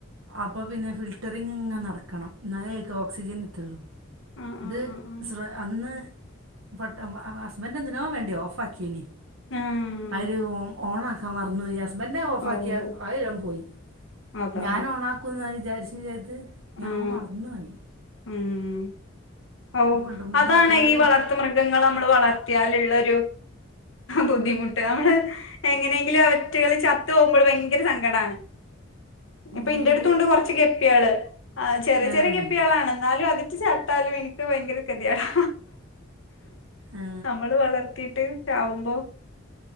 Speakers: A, on the right; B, on the left.
A: അപ്പോൾ പിന്നെ ഫിൽട്ടറിങ്ങ് നടക്കണം നലായിക്ക് ഓക്സിജൻ എത്തുള്ളൂ
B: ആഹ് ആഹ്
A: ഇത്
B: ആഹ്
A: ശ്ര അന്ന് പട്ട ഹസ്ബൻഡ് എന്തിനോ വേണ്ടി ഓഫ് ആക്കിന്
B: ആഹ്
A: അതില് ഓ ഓണ ആക്കാ മറന്നുപോയി ഹ ബൻ്റെ ഓഫാക്കിയ
B: ആഹ് ഓഹ്
A: അല്ല എല്ലാം പോയി
B: അതാ
A: ഞാൻ ഓണക്കും എന്ന് വിചാരിച്ച വിചാ ത് ഞാൻ
B: ആഹ്
A: മറന്ന് പോയി
B: ഉം ഓ
A: ഉണ്ട് മോയോ
B: അതാണ് ഈ വളർത്ത് മൃഗങ്ങൾ നമ്മൾ വളർത്തിയാൽ ള്ളൊരു ബുദ്ധിമുട്ട് നമ്മള് എങ്ങനെയെങ്കിലും അവറ്റുകളിൽ ചത്തു പോകുമ്പോൾ ഭയങ്കര സങ്കടമാണ് ഇപ്പൊ
A: ഒഴിവ്
B: ഇന്റെ അടുത്തുണ്ട് കുറച്ച് ഗപ്പികൾ ആ ചെറിയ
A: ഏ ഏ
B: ചെറിയ ഗപ്പികളാണ് എന്നാലും അത് ചത്താലും എനിക്ക് ഭയങ്കര ഗതികേടാ
A: ആ
B: നമ്മള് വളർത്തിട്ട് ചാവുമ്പോ